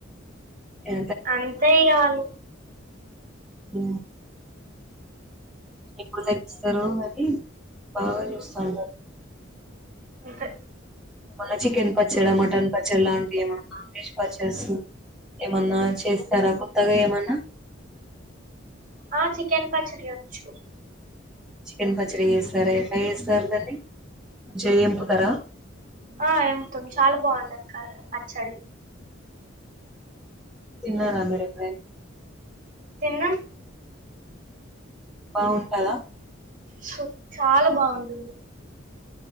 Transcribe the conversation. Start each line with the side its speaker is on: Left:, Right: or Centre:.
Centre: ఏ,
Right: అంతే ఇగా వాళ్ళు
Centre: హ్మ్ ఎప్పుడు తగ్గిస్తారు మరి బాగా చూస్తా ఉన్నారు
Right: అంతే
Centre: ఏమన్నా చికెన్ పచ్చడి మటన్ పచ్చడి లాంటివి ఏమన్నా నాన్ వెజ్ పచ్చడిసు ఏమన్నా చేస్తారా కొత్తగా ఏమన్నా
Right: ఆ చికెన్ పచ్చడి చేయొచ్చు
Centre: చికెన్ పచ్చడి చేసు సరే ఎట్లా చేస్తారు దాన్ని మంచిగా వేంపుతారా
Right: ఆ ఏముతాం చాలా బాగుంటుందికా పచ్చడి
Centre: తిన్న రా మీరు ఎప్పుడైనా
Right: తిన్నాం
Centre: బావుంటదా
Right: సు చాలా బావుంటుంది